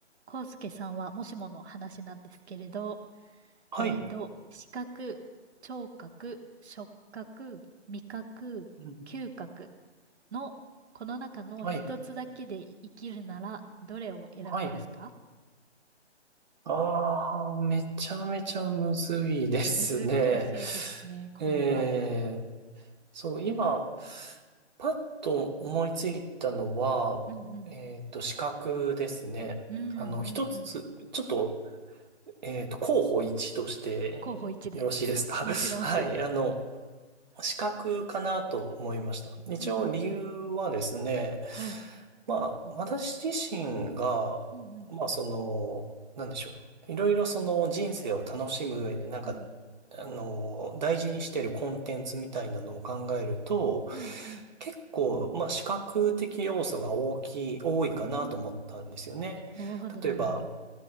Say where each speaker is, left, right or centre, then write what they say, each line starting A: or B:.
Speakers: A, on the right; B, on the right.
A: 康介さんはもしもの話なんですけれど、
B: はい。
A: えっと、視覚、聴覚、触覚、味覚、
B: うん。
A: 嗅覚のこの中の一つだけで生きるならどれを選びますか
B: はい。はい。ああ、めちゃめちゃむずいですね。
A: 難しいですね、これは。
B: えー、そう、今、パッと思いついたのは、
A: うんうん。
B: えっと、資格ですね。
A: うんうんうん。
B: あの、一つ、ちょっと、えっと、候補一としてよろしいですか
A: 候補1で。もちろん。
B: <laughs> はい。
A: <laughs>
B: あの、資格かなと思いました。一応理由はですね、
A: うんうんうん。はい。
B: まあ、私自身が、
A: うんうん
B: まあ、その、なんでしょう。いろいろその人生を楽しむ上で、なんか、
A: うん。
B: あの、大事にしてるコンテンツみたいなのを考えると、
A: うんうん。
B: 結構、まあ、視覚的要素が大きい、多いかなと思ったんですよね。
A: うん。なるほど、なるほど。
B: 例えば、